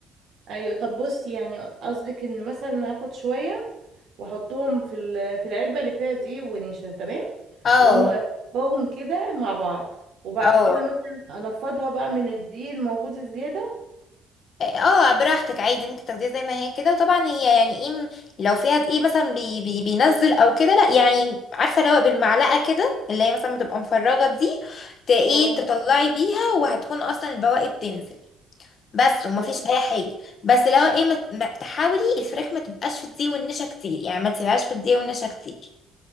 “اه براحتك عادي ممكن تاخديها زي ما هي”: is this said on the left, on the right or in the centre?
Left